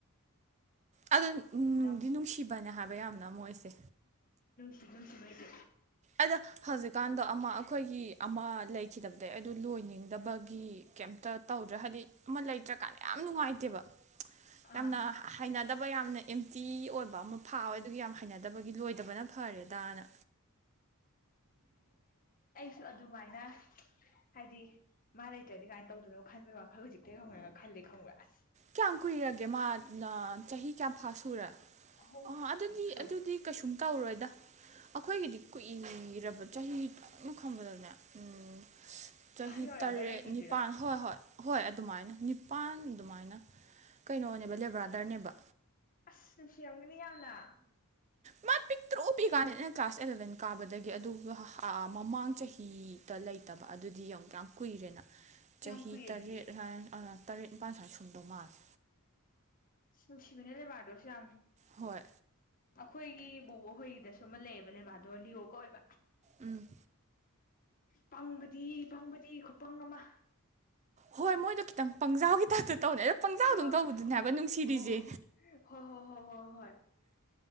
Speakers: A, on the right; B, on the left.
A: ꯑꯗꯨ <unintelligible> ꯅꯨꯡꯗꯤ
B: ꯅꯪ
A: ꯅꯨꯡꯁꯤꯕꯅꯦ ꯍꯥꯏꯕ ꯌꯥꯝꯅ ꯃꯣꯏꯁꯦ
B: ꯐꯤꯂꯝꯁꯨ ꯂꯩꯗꯤ
A: ꯑꯗ ꯍꯧꯖꯤꯛꯀꯥꯟꯗꯣ ꯑꯃ ꯑꯩꯈꯣꯏꯒꯤ ꯑꯃ ꯂꯩꯈꯤꯗꯕꯗꯩ ꯑꯗꯨ ꯂꯣꯏꯅꯤꯡꯗꯕꯒꯤ ꯀꯩꯇ ꯇꯧꯗ꯭ꯔꯥ ꯍꯥꯏꯗꯤ ꯑꯃ ꯂꯩꯇ꯭ꯔꯀꯥꯟꯗ ꯌꯥꯝ ꯅꯨꯡꯉꯥꯏꯇꯦꯕ
B: ꯑꯥ
A: ꯌꯥꯝꯅ ꯍꯥꯏꯅ ꯅꯗꯕ ꯌꯥꯝꯅ ꯑꯦꯝꯇꯤ ꯑꯣꯏꯕ ꯑꯃ ꯐꯥꯎꯋꯦ ꯑꯗꯨ ꯌꯥꯝꯅ ꯍꯩꯅꯗꯕꯒꯤ ꯂꯣꯏꯗꯕꯅ ꯐꯔꯦꯗꯥꯅ
B: ꯁꯨ ꯑꯗꯨꯃꯥꯏꯅ ꯍꯥꯏꯗꯤ ꯃꯥ ꯂꯩꯇ꯭ꯔꯗꯤ ꯀꯥꯏꯅ ꯇꯧꯗꯣꯏꯅꯣ ꯈꯟꯕꯒꯤ ꯋꯥꯈꯜ ꯍꯧꯖꯤꯛꯇꯩ ꯈꯧꯅꯒ ꯈꯜꯂꯦ ꯈꯪꯕ꯭ꯔꯥ ꯑꯁ
A: ꯀꯌꯥꯝ ꯀꯨꯏꯔꯒꯦ ꯃꯥ ꯆꯍꯤ ꯀꯌꯥꯝ ꯐꯥ ꯁꯨꯔꯦ
B: ꯑꯍꯨꯝꯃꯨꯛ
A: ꯑ ꯑꯗꯨꯗꯤ
B: ꯁꯨꯔꯦ
A: ꯑꯗꯨꯗꯤ ꯀꯩꯁꯨꯝ ꯇꯧꯔꯣꯏꯗ ꯑꯩꯈꯣꯏꯒꯤꯗꯤ ꯀꯨꯏꯔꯕ ꯆꯍꯤ ꯑꯩꯅ ꯈꯟꯕꯗꯅꯦ ꯎꯝ ꯆꯍꯤ
B: ꯑꯍꯟ ꯑꯣꯏꯔꯒ
A: ꯇꯔꯦꯠ
B: ꯂꯩꯈꯤꯗ꯭ꯔꯤꯔꯣ
A: ꯅꯤꯄꯥꯜ ꯍꯣꯏ ꯍꯣꯏ ꯍꯣꯏ ꯑꯗꯨꯃꯥꯏꯅ ꯅꯤꯄꯥꯟ ꯑꯗꯨꯃꯥꯏꯅ ꯀꯩꯅꯣꯅꯦꯕ ꯂꯦꯕ꯭ꯔꯥꯗꯔꯅꯦꯕ
B: <unintelligible> ꯀꯅꯤ ꯌꯥꯝꯅ
A: ꯃꯥ ꯄꯤꯛꯇ꯭ꯔꯨ ꯄꯤꯛꯢ ꯀꯥꯟꯗ ꯑꯩꯅ ꯀ꯭ꯂꯥꯁ ꯑꯦꯂꯕꯦꯟ ꯀꯥꯕꯗꯒꯤ ꯑꯗꯨ ꯃꯃꯥꯡ ꯆꯍꯤꯗ ꯂꯩꯇꯕ ꯑꯗꯨꯗꯤ ꯌꯦꯡꯉꯨ ꯌꯥꯝ ꯀꯨꯏꯔꯦꯅ ꯆꯍꯤ
B: ꯌꯥꯝ ꯀꯨꯏꯌꯦ
A: ꯇꯔꯦꯠ
B: ꯑꯗꯨꯗꯤ
A: ꯍꯥꯏ <unintelligible> ꯇꯔꯦꯠ ꯄꯥꯟꯁꯤꯋꯥꯢ ꯁꯨꯝꯗꯣ ꯃꯥꯂꯦ
B: ꯅꯨꯡꯁꯤꯕꯤꯅꯦ ꯂꯩꯕꯥꯔꯕꯗꯣꯁꯦ ꯌꯥꯝꯅ
A: ꯍꯣꯏ
B: ꯑꯩꯈꯣꯏꯒꯤ ꯕꯨꯕꯣꯛꯈꯣꯏꯒꯤꯗꯁꯨ ꯑꯃ ꯂꯩꯌꯦꯕ ꯂꯦꯕꯥꯔꯗꯣ ꯂꯤꯌꯣ ꯀꯧꯋꯦꯕ
A: ꯎꯝ
B: ꯄꯪꯕꯗꯤ ꯄꯪꯕꯗꯤ ꯈꯨꯄꯪ ꯑꯃ
A: ꯍꯣꯏ ꯃꯣꯏꯗꯣ ꯈꯤꯇꯪ ꯄꯪꯖꯥꯎꯒꯤ ꯇꯥꯏꯞꯇ ꯇꯧꯅꯦ ꯑꯗꯣ ꯄꯪꯖꯥꯎꯗꯧ
B: ꯍ ꯍ
A: ꯇꯧꯕꯗꯨꯅꯦ
B: ꯍ
A: ꯍꯥꯏꯕ ꯅꯨꯡꯁꯤꯔꯤꯁꯦ
B: ꯍꯣ ꯍ ꯍ ꯍꯣꯏ